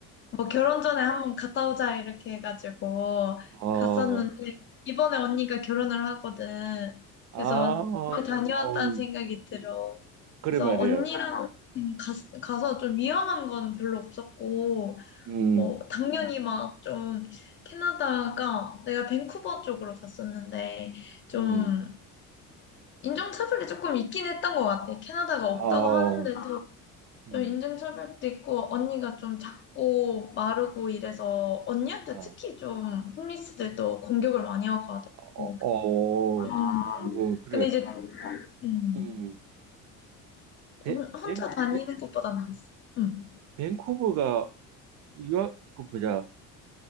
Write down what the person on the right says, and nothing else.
어,
아,
어,
음.
그래
말이야.
음,
음,
아,
음,
아,
어,
어,
아이고 그래.
음, 벤,
벤,
벤-
벤쿠버가 유학 그 보자.